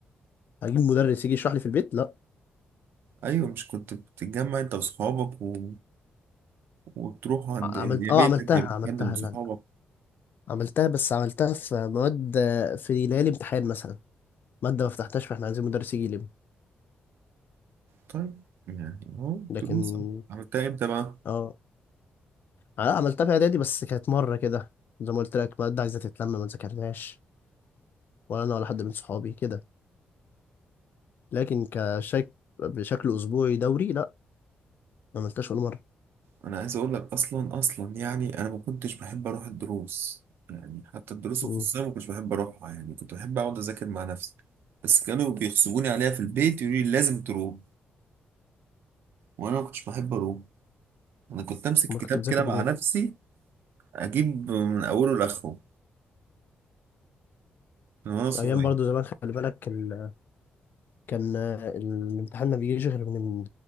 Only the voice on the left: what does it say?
هجيب مدرس يجي يشرح لي في البيت لا
ع-
عملت اه
عملتها
عملتها
لا لا عملتها بس عملتها في مواد في ليالي امتحان مثلا مادة ما فتحتهاش فاحنا عايزين مدرس يجي يلم
لكن
اه انا عملتها في اعدادي بس كانت مره كده زي ما قلت لك ماده عايزه تتلم ما ذاكرناش ولا انا ولا حد من صحابي كده لكن كشك بشكل اسبوعي دوري لا ما عملتهاش ولا مره
مم.
امال
كنت بذاكر
منين
ايام برضو زمان خلي بالك ال... كان آه، الامتحان ما بيجيش غير من